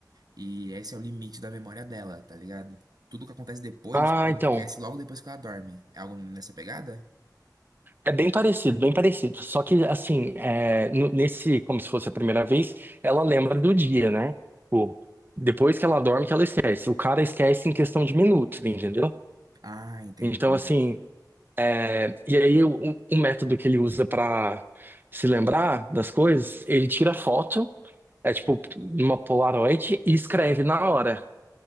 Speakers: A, on the right; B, on the right.
A: E esse é o limite da memória dela, tá ligado? Tudo que acontece depois,
B: Ah,
A: ela
B: então.
A: esquece logo depois que ela dorme. É algo nessa pegada?
B: É bem parecido, bem parecido. Só que, assim, é, no- nesse, como se fosse a primeira vez, ela lembra do dia, né? Tipo, depois que ela dorme, que ela esquece. O cara esquece em questão de minutos, entendeu?
A: Ah, entendi.
B: Então, assim, é, e aí o, o método que ele usa pra se lembrar das coisas, ele tira foto, é tipo uma Polaroid e escreve na hora.